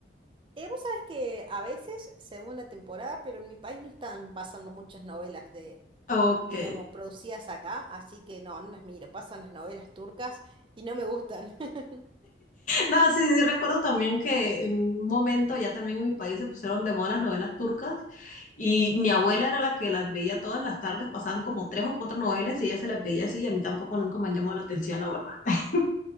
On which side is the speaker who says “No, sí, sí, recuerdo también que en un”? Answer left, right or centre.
Left